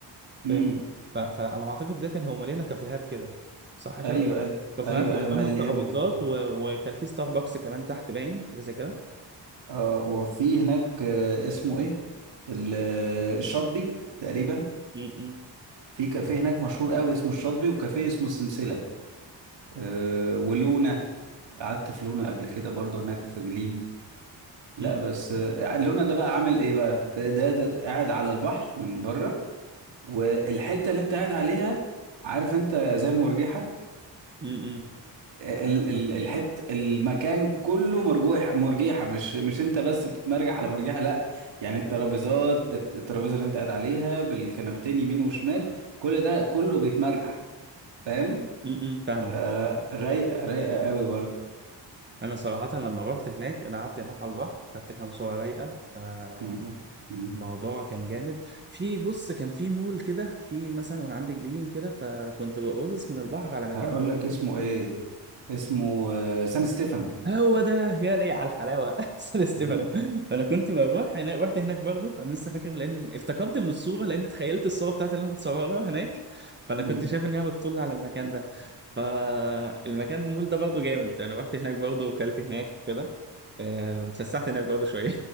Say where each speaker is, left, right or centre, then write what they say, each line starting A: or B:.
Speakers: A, on the right; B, on the right.
A: امم
B: فاهم ف- فعلى ما اعتقد ده كان هو مليانة كافيهات كده صح كده
A: ايوه ايوه
B: كافيهات
A: ايوه
B: وقدامها
A: ايوه مليانه
B: الترابيزات
A: كافيهات
B: و... وكان في ستاربكس كمان تحت باين حاجة زي
A: اه وفي هناك آه، اسمه ايه ال- آه، الشاطبي تقريبا
B: كده
A: في كافيه هناك مشهور قوي اسمه الشاطبي وكافيه اسمه السلسله أه ولونا قعدت في لونا قبل كده برضو هناك في جليم لا
B: امم
A: بس آه، لونا ده بقى عامل ايه بقى ده, ده, ده قاعد على البحر من بره والحته اللي انت قاعد عليها عارف انت زي المرجحه
B: امم
A: ال-
B: عارفها
A: ال- الحت المكان كله مرجوح مرجيحه مش مش انت بس بتتمرجح على مرجيحه لا يعني الترابيزات الت- الترابيزه اللي انت قاعد عليها بالكنبتين يمين وشمال كل ده كله بيتمرجح فاهم
B: امم فاهمك
A: آه، رايقه رايقه قوي برضه
B: انا صراحه لما رحت هناك انا قعدت هناك على البحر خدت كام صوره رايقه آه،
A: مم. مم.
B: الموضوع كان جامد في بص كان في مول كده في مثلا وانا عندي جليم كده فكنت ببصص من البحر على مكان
A: هقول لك اسمه ايه اسمه آه، سان ستيفانو
B: هو ده يا لي على الحلاوه <laughs> سان ستيفانو
A: مم.
B: فانا كنت بروح هناك رحت هناك برضه انا لسه فاكر لان افتكرت من الصوره لان تخيلت الصوره بتاعتي اللي انا بتصورها هناك فانا
A: مم.
B: كنت شايف ان هي بتطل على المكان ده فالمكان المول ده برضه جامد انا رحت هناك برضه وكلت هناك كده آه، اتفسحت هناك برضه شويه